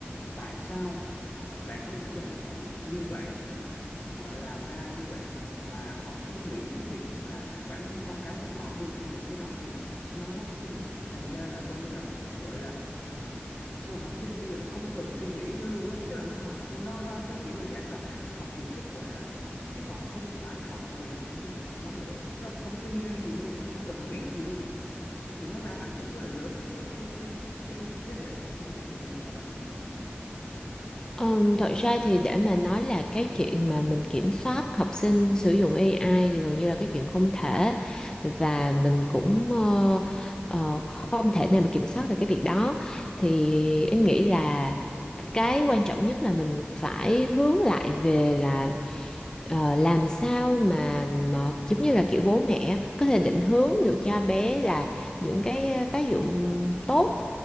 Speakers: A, on the left; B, on the left.
A: tại sao lại có những cái nền tảng như vậy họ làm ra như vậy mà họ không nghĩ đến việc rằng là bản thân con cái của họ khi mà sử dụng cái đó thì nó cũng thành ra là coi như là gọi là nhưng mà học sinh bây giờ nó không cần suy nghĩ nữa luôn á tức là nó học nó nó nó chỉ đơn giản là học vì kết quả chứ còn không phải học vì cái kiến thức của nó nữa nó không tư duy gì luôn nó không cần biết gì luôn thì nó đang ảnh hưởng rất là lớn đến cái cái cái cái thế hệ học sinh của mình bây giờ á.
B: Ờm, thật ra thì để mà nói là cái chuyện mà mình kiểm soát học sinh sử dụng AI thì gần như là cái chuyện không thể và mình cũng ờ, ờ, không thể nào mà kiểm soát được cái việc đó thì em nghĩ là cái quan trọng nhất là mình phải hướng lại về là ờ, làm sao mà, mà giống như là kiểu bố mẹ có thể định hướng được cho bé là những cái ờ, tác dụng tốt